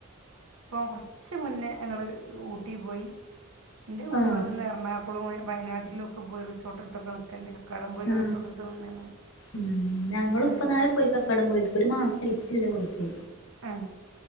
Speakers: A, on the right; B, on the left.
A: ഇപ്പ കുറച്ച് മുന്നേ ഞങ്ങള് ഊട്ടി പോയി എന്റെ കുടുംബത്തിന്ന്
B: ആഹ്
A: പറഞ്ഞ കുളവും വയനാട്ടിലൊക്കെ പോയി റിസോർട്ടെടുത്തൊക്ക നിൽക്കലുണ്ട് കക്കാടം പൊയില്
B: ആ
A: റിസോർട്ട് എടുത്ത് നിന്നാണ്
B: ഉം ഞങ്ങൾ
A: അങ്ങനെയൊക്കെ
B: ഇപ്പ നാല്
A: പോകലുണ്ട്
B: പോയി കക്കടംപോയിക്ക് ഒരു മാസയി ഇല്ല ഓക്കെ
A: ആ